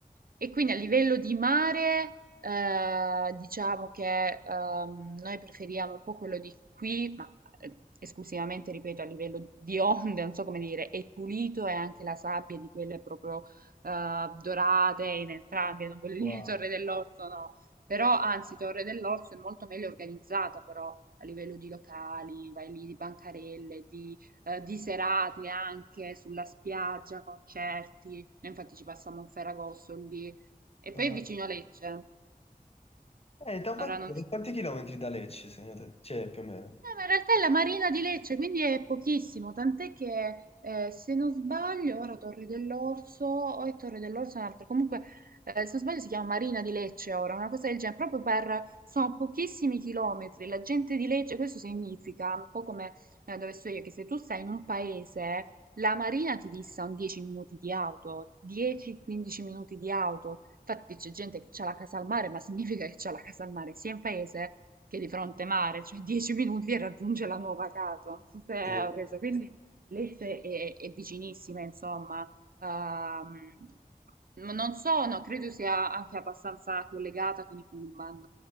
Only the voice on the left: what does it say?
Wow.
Ah.
Eh, da quanti,
da
quanti chilometri da Lecce, secondo te? Cioè, più o meno.
Sì.